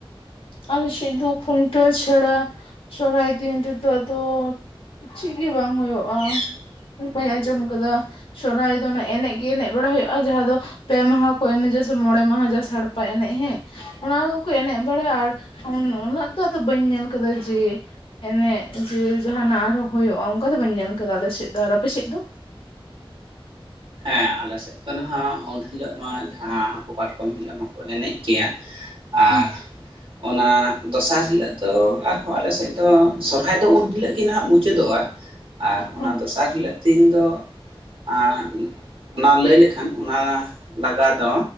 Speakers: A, on the left; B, on the right.
A: ᱟᱞᱮ ᱥᱮᱫ ᱫᱚ ᱠᱷᱩᱱᱴᱟᱹᱣ ᱪᱷᱟᱲᱟ ᱥᱚᱨᱦᱟᱭ ᱫᱤᱱ ᱨᱮᱫᱚ ᱟᱫᱚ ᱪᱮᱫᱜᱮ ᱵᱟᱝ ᱦᱳᱭᱳᱜᱼᱟ᱾ ᱱᱟᱯᱟᱭ ᱟᱸᱡᱚᱢ ᱠᱟᱫᱟ ᱥᱚᱨᱟᱭ ᱫᱚ ᱮᱱᱮᱡ ᱜᱮ ᱮᱱᱮᱡ ᱵᱟᱲᱟ ᱦᱩᱭᱩᱜᱼᱟ᱾ ᱡᱟᱦᱟᱸ ᱫᱚ ᱯᱮ ᱢᱟᱦᱟ ᱠᱚ ᱮᱱᱮᱡᱟ ᱥᱮ ᱢᱚᱬᱮ ᱢᱟᱦᱟ ᱡᱟ ᱥᱟᱲᱯᱟ ᱮᱱᱮᱡ ᱦᱮᱸ, ᱚᱱᱟ ᱠᱚ ᱮᱱᱮᱡ ᱵᱟᱲᱟᱭᱟ ᱟᱨ ᱩᱱᱟᱹᱜ ᱫᱚ ᱟᱫᱚ ᱵᱟᱹᱧ ᱧᱮᱞ ᱠᱟᱫᱟ ᱡᱮ᱾ ᱮᱱᱮᱡ ᱡᱮ ᱡᱟᱦᱟᱱᱟᱜ ᱟᱨᱦᱚᱸ ᱦᱩᱭᱩᱜᱼᱟ᱾ ᱚᱱᱠᱟ ᱫᱚ ᱵᱟᱹᱧ ᱧᱮᱞ ᱟᱠᱟᱫᱟ ᱟᱞᱮᱥᱮᱫ ᱫᱚ ᱟᱨ ᱟᱯᱮᱥᱮᱫ ᱫᱚ?
B: ᱦᱮᱸ ᱟᱞᱮᱥᱮᱫ ᱫᱚ ᱱᱟᱦᱟᱜ ᱩᱱ ᱦᱤᱞᱳᱜ ᱢᱟ ᱡᱟᱦᱟᱸ ᱦᱟᱹᱠᱩ ᱠᱟᱴᱠᱚᱢ ᱦᱤᱞᱳᱜ ᱢᱟᱠᱚ ᱮᱱᱮᱡ ᱜᱮᱭᱟ᱾
A: ᱦᱮᱸ
B: ᱟᱨ ᱚᱱᱟ ᱫᱚᱥᱟᱨ ᱦᱤᱞᱟᱹᱜ ᱫᱚ ᱟᱨᱦᱚᱸ ᱟᱞᱮ ᱥᱮᱫ ᱫᱚ ᱥᱚᱨᱦᱟᱭ ᱫᱚ ᱩᱱ ᱦᱤᱞᱳᱜ ᱤᱭᱟᱹ ᱱᱟᱦᱟᱜ ᱢᱩᱪᱟᱹᱫᱚᱜᱼᱟ ᱟᱨ ᱚᱱᱟ
A: ᱦᱮᱸ
B: ᱫᱚᱥᱟᱨ ᱦᱤᱞᱳᱜ ᱫᱤᱱ ᱫᱚ ᱟᱨ ᱚᱱᱟ ᱞᱟᱹᱭ ᱞᱮᱠᱷᱟᱱ ᱚᱱᱟ ᱞᱟᱜᱟ ᱫᱚ